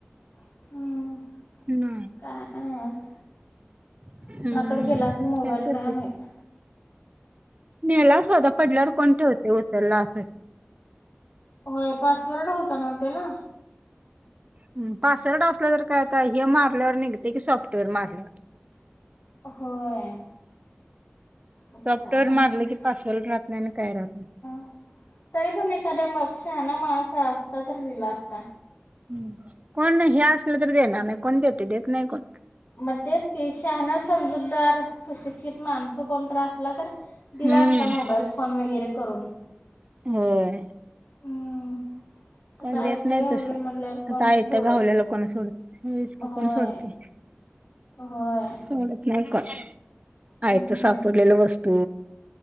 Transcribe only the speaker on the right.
ना
हम् <unintelligible>
नेला असल आता पडल्यावर कोण ठेवतंय उचललं असेल.
हम्म पासवर्ड असला तर काय आता हे मारल्यावर निघतंय की सॉफ्टवेअर मारल्यावर.
सॉफ्टवेअर
मारलं की पासवर्ड राहत नाही आणि काय राहत नाही
हम्म कोण हे असल तर देणार नाही कोण देतंय? देत नाही कोण.
हम्म
होय.
कोण
देत
नाही
तसं
आता आयतं
गावलेलं कोण सोडत होयच की
कोण सोडतंय?
सोडत नाही कोण.
आयतं सापडलेलं वस्तू